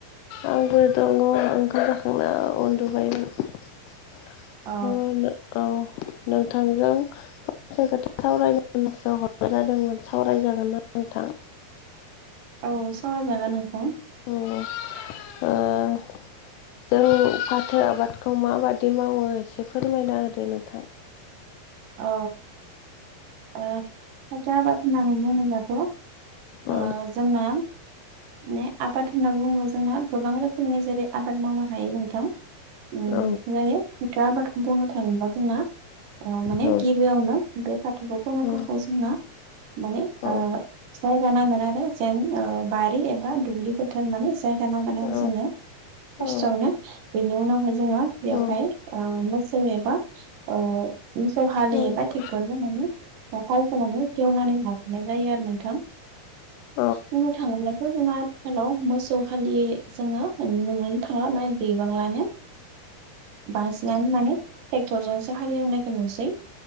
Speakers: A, on the left; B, on the right.
A: आंबो दङ ओंखाम जाखांना उन्दुबायमोन
B: औ
A: औ नोंथांजों खोथा सावरायसो हरनाय जादोंमोन सावरायजागोन ना नोंथां
B: औ सावरायजागोन नोंथां
A: <unintelligible> जों फाथो आबादखौ माबादि मावो एसे फोरमायना होदो नोंथां
B: औ ओ फाथो आबाद होननानै बुङोब्लाथ' ओ
A: औ
B: जोंना माने आबाद होनना बुङोब्ला जोंना गोबां रोखोमनि जेरै आबाद मावनो हायो नोंथां बियो
A: औ
B: फाथो आबादखौ बुंनो थाङोबा जोंना माने
A: औ
B: गिबियावनो बे फाथोखौ फोनों
A: उम
B: थाखाय जोंना माने
A: औ
B: जायगा नांगोन आरो जेन बारि एबा दुब्लि बोथोर होननानै जायगा नांगोन आरो
A: औ
B: जोंनो फार्स्टआवनो
A: औ
B: बेनि उनावहाय जोङो बेयावहाय
A: औ
B: मोसौ एबा ओ मोसौ हालि
A: औ
B: एबा ट्रेक्टरजों एवनानै लाग्रोनाय जायो आरो नोंथां
A: <inaudible>
B: बुंनो थाङोब्लाथ' जोंङो आथिखालाव मोसौ हालि जोंङो नुनो थांला गोबांआनो बांसिनानो माने ट्रेक्टर जोंसो हाल एवनायखौ नुसै